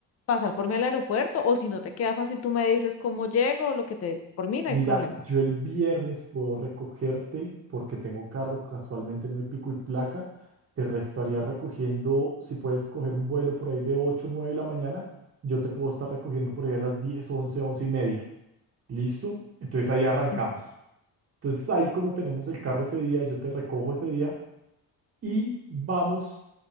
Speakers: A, on the left (about 45°); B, on the right (about 35°).
A: pasar por mí al aeropuerto o si no te queda fácil tú me dices cómo llego, lo que te... Por mí no
B: Mira,
A: hay problema.
B: yo el viernes puedo recogerte porque tengo carro, casualmente no hay pico y placa. Te restaría recogiendo, si puedes coger un vuelo por ahí de 8 o 9 de la mañana, yo te puedo estar recogiendo por ahí a las 10 11 11 y media. ¿Listo? Entonces ahí arrancamos.
A: Y
B: Entonces ahí como tenemos el carro ese día, yo te recojo ese día y vamos